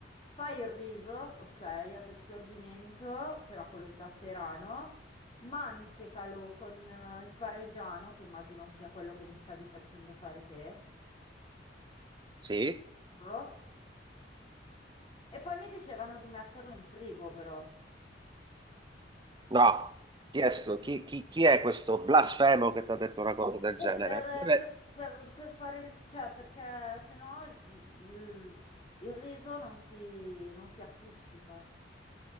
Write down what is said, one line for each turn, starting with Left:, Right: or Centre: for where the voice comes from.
Left: fai il riso, ok, ad assorbimento, però con lo zafferano, mantecalo con eh, il parmigiano, che immagino sia quello che mi stavi facendo fare te,
Right: Sì?
Left: e burro. E poi mi dicevano di metterlo in frigo però.
Right: No, chi è, sto- chi- chi- chi è questo blasfemo che ti ha detto una cosa del
Left: E
Right: genere?
Left: per,
Right: Deve-
Left: per- per- per fare il, cioè, perché sennò il, il- il riso non si, non si appiccica.